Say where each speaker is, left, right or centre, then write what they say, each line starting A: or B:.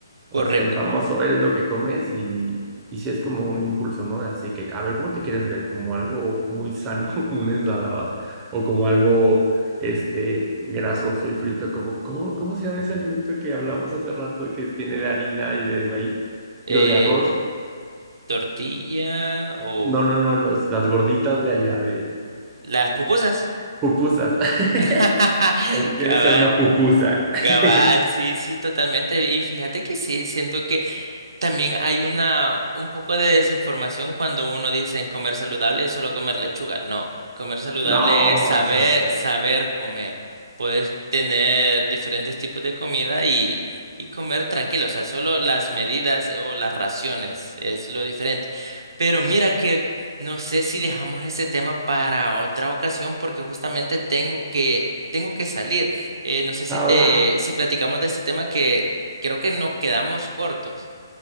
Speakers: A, on the right (about 20°); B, on the right (about 80°).
A: O
B: correcto.
A: sea, el famoso eres lo que comes y, y sí es como un impulso, ¿no? Así que, a ver, ¿cómo te quieres ver? ¿Como algo muy sano, <laughs> como una ensalada? ¿O como algo, este, grasoso y frito? Como, ¿cómo, cómo se llama ese alimento que hablamos hace rato que tiene de harina y de maíz?
B: Eh,
A: Digo, de arroz.
B: tortilla o
A: No, no, no, los, las gorditas de allá, de
B: las pupusas.
A: pupusas.
B: <laughs>
A: <laughs> ¿O quieres
B: Cabal,
A: ser una pupusa? <laughs>
B: cabal, sí, sí, totalmente. Y fíjate que sí, siento que También hay una, un poco de desinformación cuando uno dice en comer saludable es solo comer lechuga. No, comer saludable
A: No,
B: es saber,
A: exacto.
B: saber comer. Puedes tener diferentes tipos de comida y, y comer tranquilo. O sea, solo las medidas o las raciones es lo diferente. Pero mira que no sé si dejamos ese tema para otra ocasión porque justamente tengo que, tengo que salir. Eh, no sé si
A: Ah,
B: te,
A: va.
B: si platicamos de este tema que creo que nos quedamos cortos.